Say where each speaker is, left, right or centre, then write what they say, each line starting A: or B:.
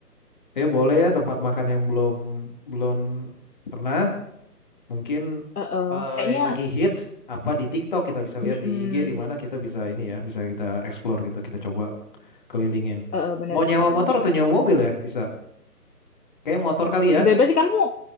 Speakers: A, on the left (about 30°); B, on the left (about 70°).
A: Ya boleh ya tempat makan yang belum belum pernah. Mungkin
B: Heeh,
A: eh,
B: kayaknya
A: yang lagi hits apa di TikTok kita bisa lihat
B: mm-mm,
A: di IG di mana kita bisa ini ya, bisa kita explore gitu, kita coba kelilingin.
B: heeh, benar
A: Mau nyewa
B: benar
A: motor
B: benar.
A: atau nyewa mobil ya? Bisa. Kayak motor kali ya.
B: Bebas sih kamu.